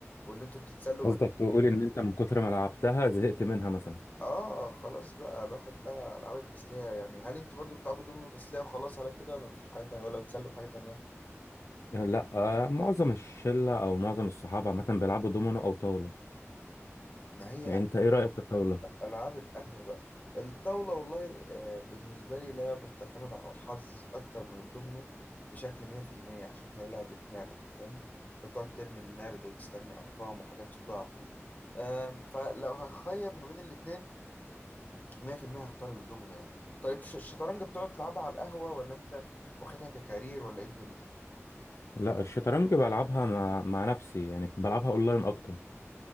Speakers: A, on the left; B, on the left.
A: واللي انتوا بتتسلوا
B: قصدك
A: بال
B: تقول ان انت من كتر ما لعبتها زهقت منها مثلا
A: اه خلاص بقى الواحد بقى العاب التسليه يعني هل انتوا برضو بتلعبوا دومينو تسليه وخلاص على كده ولا مفيش حاجه تانية ولا بتسلوا بحاجه تانية
B: لا آه، معظم الشلة او معظم الصحاب عامة بيلعبوا دومينو او طاولة
A: ما هي
B: يعني انت ايه رأيك في الطاولة
A: ألعاب القهوة بقى الطاولة والله آه، بالنسبة لي لعبة بتعتمد على الحظ أكتر من الدومينو بشكل 100% عشان هي لعبة نرد فاهم أنت بتقعد ترمي النرد وتستنى أرقام وحاجات تضاع كده آم، فلو هخير ما بين الاتنين 100% هختار الدومينو يعني طيب الش- الشطرنج بتقعد تلعبها على القهوة ولا أنت واخدها ككارير ولا إيه الدنيا؟
B: لا الشطرنج بلعبها مع مع نفسي يعني بلعبها اونلاين اكتر